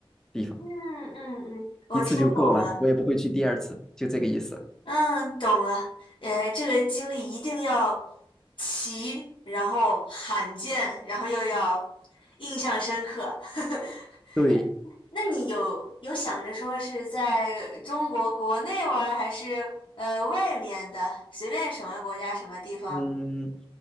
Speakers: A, in the centre; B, on the left (about 60°).
A: 地方，
B: 嗯嗯嗯，我听懂了，
A: 一次就够了，我也不会去第二次，就这个意思。
B: 嗯，懂了，呃，这个经历一定要奇，然后罕见，然后又要印象深刻，<laughs>
A: 对，
B: 那你有有想着说是在中国国内玩儿还是呃外面的，随便什么国家什么地方？
A: 嗯